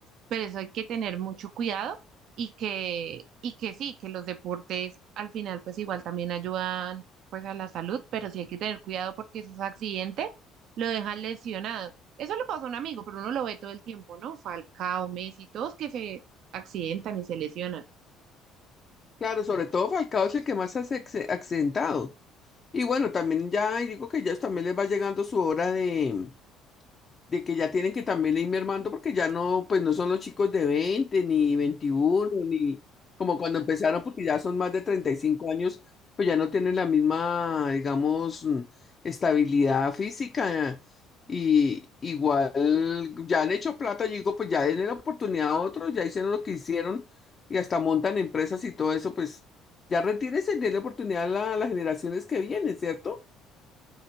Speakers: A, on the right; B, on the left.
A: pero eso hay que tener mucho cuidado y que, y que sí, que los deportes al final pues igual también ayudan pues a la salud, pero sí hay que tener cuidado porque esos accidentes lo dejan lesionado. Eso le pasó a un amigo, pero uno lo ve todo el tiempo, ¿no? Falcao, Messi, todos que se accidentan y se lesionan.
B: Claro, sobre todo Falcao es el que más se ha acce- accidentado. Y bueno, también ya digo que ya también les va llegando su hora de, de que ya tienen que también ir mermando porque ya no, pues no son los chicos de 20 ni 21 ni como cuando empezaron porque ya son más de 35 años, pues ya no tienen la misma, digamos, mm, estabilidad física y igual ya han hecho plata, yo digo, pues ya denle la oportunidad a otros, ya hicieron lo que hicieron y hasta montan empresas y todo eso, pues ya retírense, denle oportunidad a la- a las generaciones que vienen, ¿cierto?